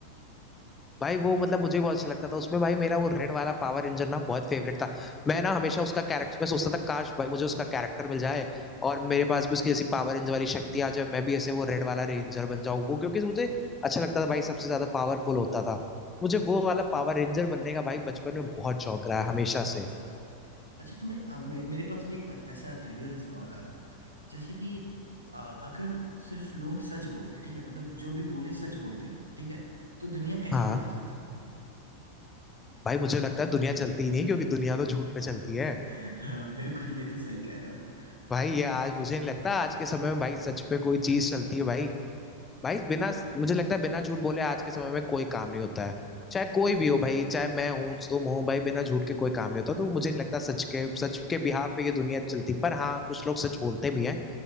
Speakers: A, on the left; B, on the right.
A: भाई वो मतलब मुझे बहुत अच्छा लगता था उसमें भाई मेरा वो रेड वाला पावर रेंजर ना बहुत फेवरेट था मैं ना हमेशा उसका कैरेक्टर मैं सोचता था काश भाई मुझे उसका कैरेक्टर मिल जाए और मेरे पास भी उसकी जैसी पावर रेंजर वाली शक्ति आ जाए मैं भी ऐसे वो रेड वाला रेंजर बन जाऊं वो क्योंकि मुझे अच्छा लगता था भाई सबसे ज्यादा पावरफुल होता था मुझे वो वाला पावर रेंजर बनने का भाई बचपन में बहुत शौक रहा है हमेशा
B: अच्छा
A: से
B: अच्छा तुम्हें अब मे, मेरे पास भी एक अ- ऐसा तरीके से सवाल आ रहा है जैसे कि अ, अगर सिर्फ लोग सच बोलते ठीक है मतलब जो भी बोले सच बोलते लोग ठीक है तो दुनिया कैसे
A: हाँ
B: बदल जाती
A: भाई मुझे लगता है दुनिया चलती ही नहीं क्योंकि दुनिया तो झूठ पे चलती
B: <laughs>
A: है
B: हाँ बिल्कुल ये तो सही कह रहे हो तुम
A: भाई ये आज मुझे नहीं लगता आज के समय में भाई सच पे कोई चीज चलती है भाई भाई बिना
B: हाँ
A: मुझे लगता है बिना झूठ बोले आज के समय में कोई काम नहीं होता है चाहे कोई भी हो भाई चाहे मैं हूँ तुम हो भाई बिना झूठ के कोई काम नहीं होता तो मुझे नहीं लगता सच के सच के बिहाफ पे ये दुनिया चलती पर हाँ कुछ लोग सच बोलते भी हैं